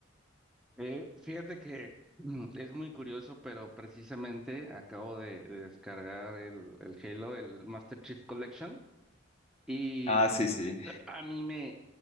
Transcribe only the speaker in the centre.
Eh, fíjate que mm, es muy curioso, pero precisamente acabo de, de descargar el, el Halo, el Master Chief Collection, y
a mí me,